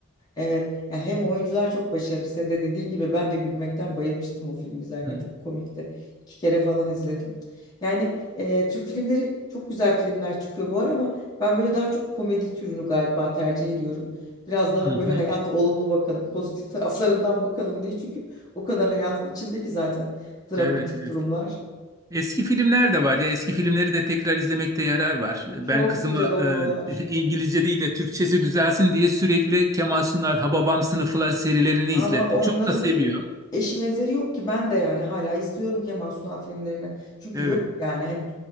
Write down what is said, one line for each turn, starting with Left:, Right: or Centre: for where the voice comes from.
Left: evet ya hem oyuncular çok başarılı. Senin de dediğin gibi ben de gülmekten bayılmıştım o filmi izlerken.
Right: Hı,
Left: Çok komikti. İki kere falan izledim. Yani e, Türk filmleri çok güzel filmler çıkıyor bu ara ama ben böyle daha çok komedi türünü galiba tercih ediyorum. Biraz daha
Right: hı,
Left: böyle
Right: hı.
Left: hayata olumlu bakalım, pozitif taraflarından bakalım diye. Çünkü o kadar hayatın içindeki zaten dramatik
Right: Evet, evet.
Left: durumlar.
Right: Eski filmler de var ya. Eski filmleri de tekrar izlemekte yarar var. Ben
Left: Çok
Right: kızıma
Left: güzel oluyorlar.
Right: e, <laughs> İngilizce değil de Türkçesi düzelsin diye sürekli Kemal Sunal, Hababam Sınıfılar serilerini
Left: Ama
Right: izlettim.
Left: onların
Right: Çok da seviyor.
Left: eşi benzeri yok ki ben de yani hala izliyorum Kemal Sunal filmlerini. Çünkü
Right: Evet.
Left: yok yani hani